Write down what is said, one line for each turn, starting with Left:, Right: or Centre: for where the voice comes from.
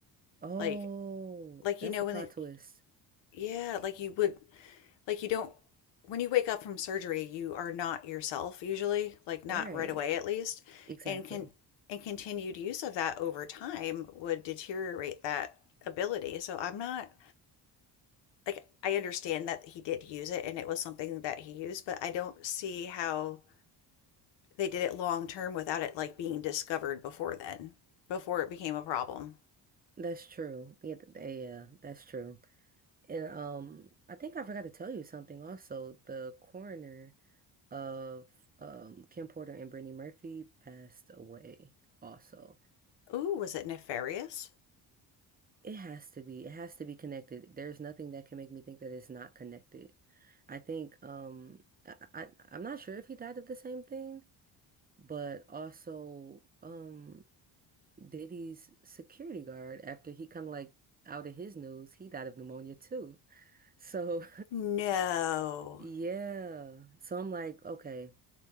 Right: Oh,
Left: Like, like you
Right: that's
Left: know
Right: a
Left: when
Right: plot
Left: it,
Right: twist.
Left: yeah, like you would like you don't when you wake up from surgery, you are not yourself usually, like not
Right: Right.
Left: right away at least.
Right: Exactly.
Left: And can and continued use of that over time would deteriorate that ability. So I'm not like I understand that he did use it and it was something that he used, but I don't see how they did it long term without it like being discovered before then, before it became a problem.
Right: That's true. Yeah, th- yeah, that's true. And um I think I forgot to tell you something also. The coroner of um Kim Porter and Brittany Murphy passed away also.
Left: Ooh, was it nefarious?
Right: It has to be. It has to be connected. There's nothing that can make me think that it's not connected. I think um I, I I'm not sure if he died of the same thing, but also um Diddy's security guard after he kind of like out of his news, he died of pneumonia too. So
Left: No.
Right: <laughs> yeah. So I'm like, okay,